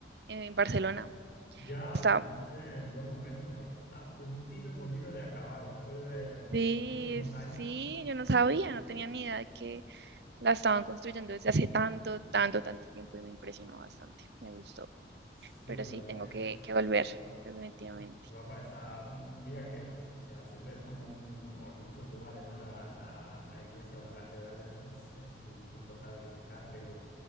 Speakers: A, on the right; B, on the left.
A: eh, en Barcelona.
B: ya
A: Está,
B: viste en buen momento, porque está a puntito, puntito de acabar. Después de muchísimos
A: sí,
B: años,
A: sí, yo no sabía, no tenía ni idea de que la estaban construyendo desde hace tanto, tanto, tanto tiempo y me impresionó bastante, me gustó.
B: Sí,
A: pero
B: la
A: sí,
B: verdad
A: tengo que, que
B: que
A: volver,
B: guapa.
A: definitivamente.
B: Guapa esa. Mira que, o sea, siempre es como un, o en muchos lugares, ¿no? La, la, la iglesia o la catedral es, es, es un punto para visitar, pero